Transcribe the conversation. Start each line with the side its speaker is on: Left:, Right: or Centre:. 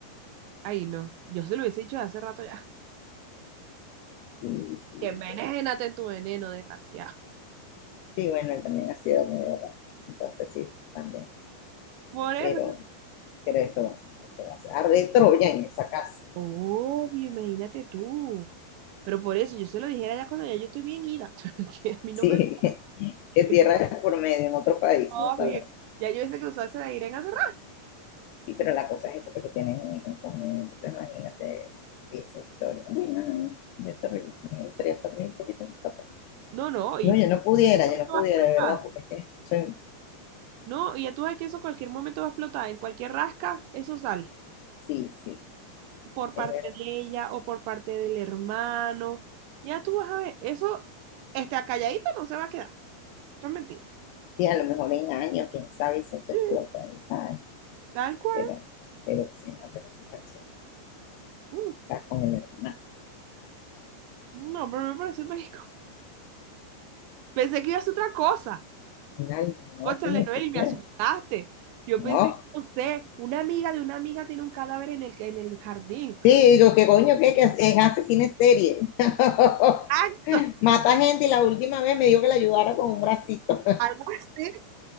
Right: Ay, no. Yo se lo hubiese dicho hace rato ya.
Left: sí, sí.
Right: Envenénate en tu veneno, desgraciado.
Left: Sí, bueno, él también ha sido medio raro. Entonces sí, también.
Right: Por eso.
Left: Pero, pero eso va a ser, eso va a ser. Arde Troya en esa casa.
Right: Obvio, imagínate tú. Pero por eso yo se lo dijera ya cuando ya yo estoy bien ida. <laughs> Que a mí no
Left: Sí,
Right: me...
Left: <laughs> que tierra
Right: que no me
Left: es por medio en otro país,
Right: jodan.
Left: ¿no? ¿Sabes?
Right: Ya yo ese cruzado se la irán a cerrar.
Left: Sí, pero la cosa es eso, porque tienen un hijo en común. Entonces imagínate esa historia. Bueno, no, de ese ritmo, me gustaría también un poquito en esa parte.
Right: No, no, y
Left: No,
Right: eso,
Left: yo no pudiera,
Right: ¿en qué momento
Left: yo no pudiera,
Right: va a explotar?
Left: de verdad, porque es que soy-
Right: No, y ya tú sabes que eso cualquier momento va a explotar. En cualquier rasca, eso sale.
Left: sí, sí,
Right: Por parte
Left: es verdad.
Right: de ella o por parte del hermano. Ya tú vas a ver. Eso, está calladito no se va a quedar. Eso es mentira.
Left: Y a lo mejor en años, quién sabe, eso
Right: Sí,
Left: se explota, ¿sabes?
Right: tal cual.
Left: Pero, pero sí, no, pero me parece,
Right: Mm,
Left: está con el hermano.
Right: No, pero me pareció tan incómodo. Pensé que iba a ser otra cosa.
Left: Final, no,
Right: Cónchale,
Left: tú me dijiste,
Right: Noel, y me
Left: ¿qué?
Right: asustaste. Yo
Left: No.
Right: pensé que, no sé, una amiga de una amiga tiene un cadáver en el, en el jardín.
Left: Sí, digo, ¿qué coño? ¿Qué? que es asesina en serie? <laughs>
Right: Acto,
Left: Mata gente y la última vez me dijo que la ayudara con un bracito.
Right: algo así.